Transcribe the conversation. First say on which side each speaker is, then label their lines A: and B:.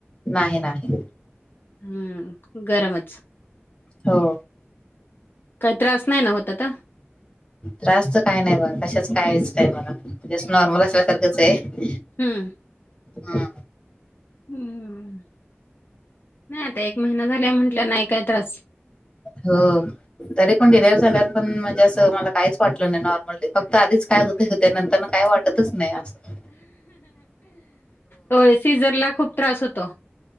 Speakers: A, on the left; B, on the left.
A: नाही नाही.
B: हम्म गरमच
A: हो
B: काही त्रास नाही ना होत आता
A: त्रासच काय नाही बघ तशाच कायच नाही मला असं नॉर्मल असल्यासारखंच आहे.
B: हम्म.
A: हम्म
B: हम्म नाही आता एक महिना झाला म्हंटल्या नाही काय त्रास.
A: हो. तरी पण डिलेवर झाल्याला पण म्हणजे असं मला काहीच वाटलं नाही नॉर्मलली फक्त आधीच काय होत. ते नंतर न काय वाटतच नाही असं.
B: होय सीझर ला खूप त्रास होतो.